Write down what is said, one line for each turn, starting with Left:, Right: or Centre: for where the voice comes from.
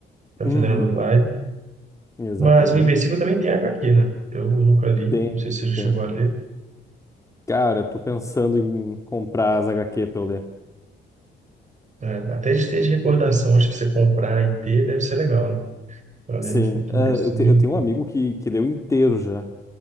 Right: tá
Left: Uhum,
Right: fazendo a dublagem.
Left: exatamente.
Right: Mas o Invencível também tem H HQ, né? Eu nunca li,
Left: Tem,
Right: não sei se você já chegou
Left: tem.
Right: a ler.
Left: Cara, tô pensando em comprar as HQ pra eu ler.
Right: É, até de ter de recordação, acho que você comprar e ter deve ser legal, né? para ler
Left: Sim,
Right: no futuro,
Left: é,
Right: assim.
Left: eu, te- eu tenho um amigo que, que leu inteiro já,